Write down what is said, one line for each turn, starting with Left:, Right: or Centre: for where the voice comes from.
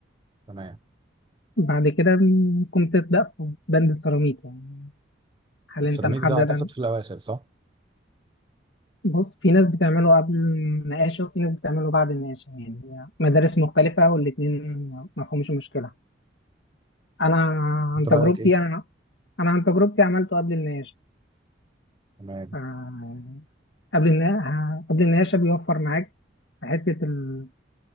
Right: تمام
Left: بعد كده ممكن تبدأ في بند السيراميك يعني هل
Right: السيراميك
Left: انت محدد
Right: ده اعتقد
Left: عن-
Right: في الاواخر صح
Left: بص في ناس بتعمله قبل النقاشة وفي ناس بتعمله بعد النقاشة يعني مدارس مختلفة والاتنين مفهومش المشكلة انا
Right: انت
Left: عن تجربتي
Right: رايك ايه
Left: انا انا عن تجربتي عملته قبل النقاش
Right: تمام
Left: آه، قبل النقاش قبل النقاش بيوفر معاك في حته ال-